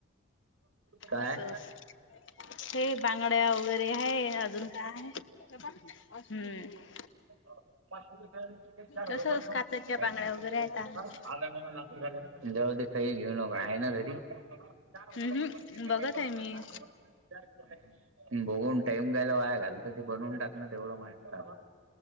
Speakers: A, on the right; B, on the left.
A: <inaudible> काय?
B: असं हे बांगड्या वगैरे आहे अजून काय हम्म
A: <unintelligible> पाच रिक चार हजारय
B: तसच काचेच्या
A: काही
B: बांगड्या वगैरे आहेत.
A: आ झा जवद काही घेऊनका आहे ना तरी चार हजार
B: हम्म
A: रुये
B: हम्म
A: पतीस रुय
B: बघत
A: फरक
B: आहे मी
A: पड चार हजार रये बघून टाईम घ्यायला वाय घालत ते बनवून टाकण तेवढं मात